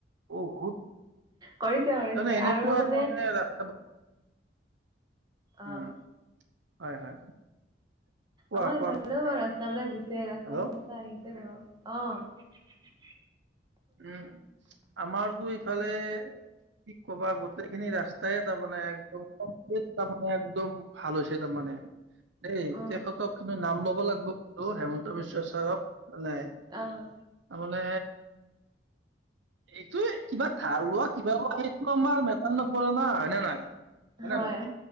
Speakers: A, on the right (about 80°); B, on the right (about 25°).
A: বহুত
B: কৰিছে কৰিছে
A: তাৰমানে এনেকুৱা
B: আৰু মানে
A: ধৰণে ৰাস্তা।
B: অহঁ।
A: উম হয় হয়। কোৱা
B: আমাৰ ইফাল
A: কোৱা
B: বাৰু ৰাস্তা বিলাক দিছে ৰাস্তা
A: হেল্ল'
B: চাস্তা আহিছে ধৰক। অঁ।
A: উম আমাৰতো ইফালে। কি ক'বা গোটেইখিনি ৰাস্তাই তাৰমানে একদম্,। তাৰ মানে একদম ভাল হৈছে তাৰমানে। দেই,
B: উম
A: তেখেতক কিন্তু নাম লব লাগিব আৰু হেমন্ত বিশ্ব ছাৰক। নাই,
B: আহ
A: তাৰ মানে। এইটো কিবা ধাৰ লোৱা কিবা লোৱা সেইটো আমাৰ মেটাৰ নপৰে না হয়নে নাই?
B: হয়,
A: নে নাই